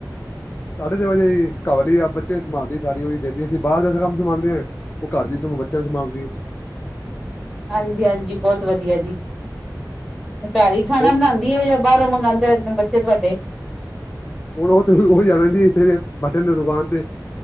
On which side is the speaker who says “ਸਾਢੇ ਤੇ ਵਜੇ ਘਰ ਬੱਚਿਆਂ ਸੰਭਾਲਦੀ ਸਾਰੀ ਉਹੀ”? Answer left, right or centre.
Left